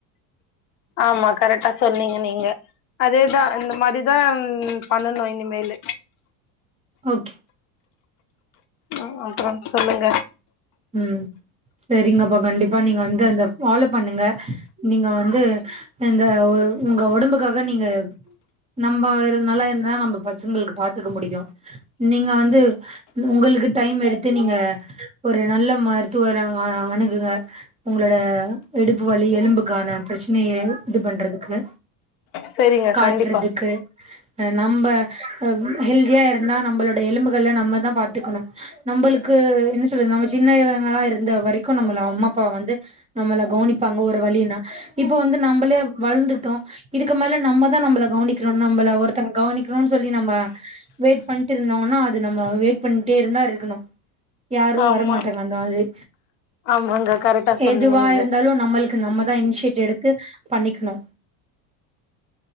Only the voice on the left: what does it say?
ஆமா கரெட்டா சொன்னிங்க நீங்க அதேதா இந்த மாரிதான் பண்ணணு இனிமேலு
ஆ அப்பறம் சொல்லுங்க
செரிங்க
கண்டிப்பா
ஆமா
ஆமாங்க கரெக்டா சொன்னீங்க
நீங்க